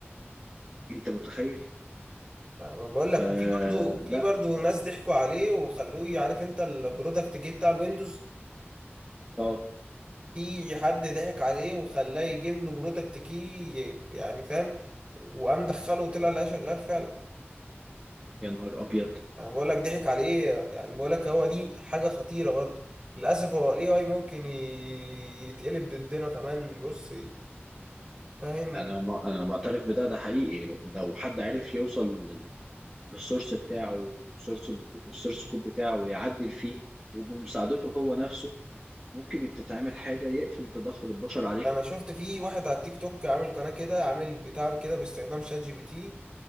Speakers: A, in the centre; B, on the right.
A: انت متخيل
B: ما بقول
A: فلا
B: لك وفي برضو في برضو ناس ضحكوا عليه وخلوه عارف انت البرودكت كي بتاع الويندوز
A: اه
B: في حد ضحك عليه وخلاه يجيب له برودكت كي يعني فاهم وقام دخله وطلع لقاه شغال فعلا
A: يا نهار ابيض
B: انا بقول لك ضحك عليه يعني بقول لك هو دي حاجه خطيره برضه للاسف هو الاي اي ممكن ي- يتقلب ضدنا كمان بص فاهم
A: انا ما... انا معترف بده ده حقيقي لو حد عرف يوصل لل- للسورس بتاعه وسورس الك- السورس كود بتاعه ويعدل فيه وبمساعدته هو نفسه ممكن تتعمل حاجة يقفل تدخل البشر عليها
B: انا شفت في واحد على التيك توك عامل قناه كده عامل بتاع كده باستخدام شات جي بي تي